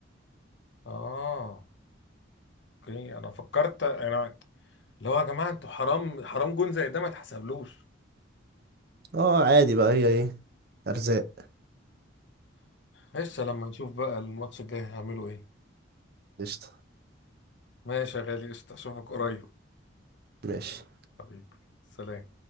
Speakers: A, on the left (about 60°); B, on the right (about 50°).
A: اه اوكي انا فكرت انا اللي هو يا جماعه انتوا حرام حرام جون زي ده ما اتحسبلوش
B: اه عادي بقى هي ايه ارزاق
A: قشطه لما نشوف بقى الماتش الجاي هيعملوا ايه
B: قشطه
A: ماشي يا غالي قشطه اشوفك قريب
B: ماشي
A: حبيبي سلام